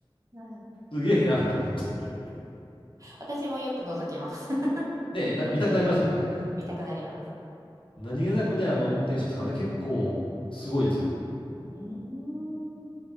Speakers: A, on the right; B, on the left.
A: いはい。
B: すげえなと思って。
A: 私もよく覗きます。<laughs>
B: で、なんか見たくなりますよね。
A: 見たくなります。
B: 何気なくね、あの、運転しますから、あれ結構すごいですよ。
A: うーん。